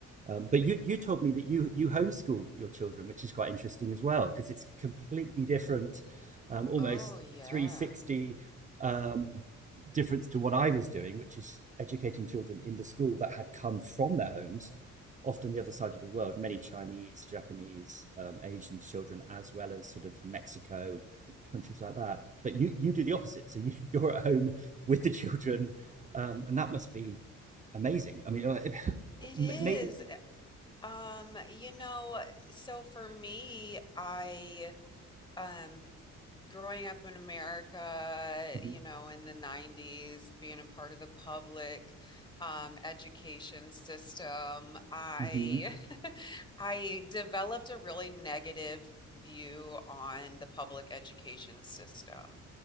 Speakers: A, on the right; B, on the left.
A: Um, but you you told me that you you homeschool your children, which is quite interesting as well, because it's a completely different, um, almost
B: Oh, yeah.
A: 360 um, difference to what I was doing, which is educating children in the school that had come from their homes, often the other side of the world, many Chinese, Japanese, um, Asian children, as well as sort of Mexico and countries like that. But you you do the opposite, so you, <laughs> you're at home with the children, um, and that must be amazing. I mean, uh, <laughs>
B: It
A: m-
B: is.
A: maybe.
B: eh, Um, you know, so for me, I um growing up in America,
A: Mhm,
B: you know, in the 90s, being a part of the public um education system, I
A: mhm.
B: <laughs> I developed a really negative view on the public education system.